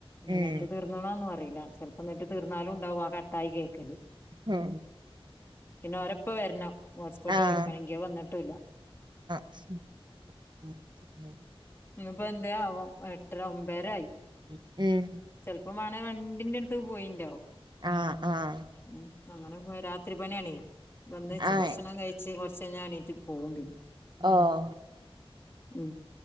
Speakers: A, on the right; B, on the left.
A: ഉം
B: നെറ്റ് തീ തീർണത് അറിയില്ല ചെലപ്പോം നെറ്റ് തീർന്നാലും ഉണ്ടാവും ആഹ് കട്ടായി കേൾക്കല്
A: ആഹ്
B: പിന്നെ ഓര ഉപ്പ വരണം ഹോട്ട്സ്പോട്ട്
A: ആഹ്
B: വലിക്കണെങ്ക ഐ വന്നിട്ടുംല്ല
A: <unintelligible>
B: ഇപ്പൊ എന്തേ ആവോ എട്ടര ഒമ്പരായി
A: ഉം
B: ചെല്പ്പം മാണെ വണ്ടിന്റെ അടുത്ത് പോയിണ്ടാവും
A: ആഹ് ആഹ്
B: ഉം അങ്ങനെ പോ രാത്രി പണിയാണെ വന്ന്
A: ആഹ്
B: ഭക്ഷണം കഴിച്ച ച് കൊറച്ച് കഴിഞ്ഞ എണീറ്റ് പോവും പിന്നെ
A: അഹ്
B: ഉം